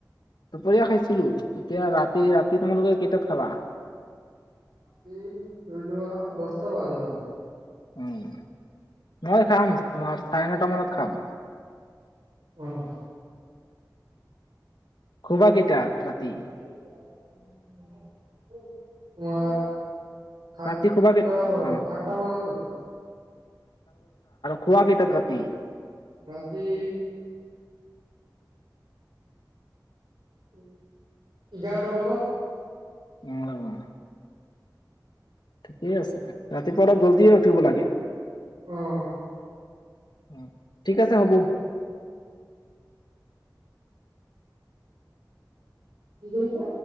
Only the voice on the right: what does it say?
ৰাতি ধৰিলোৱা দশটা বাজিব।
উম উম
<unintelligible> তোমাৰ। সাতটা
বজাত
সাতটা বজাত উঠো।
ৰাতি। উম ইঘাৰটা বজাত।
অহ।
কি কৈছা?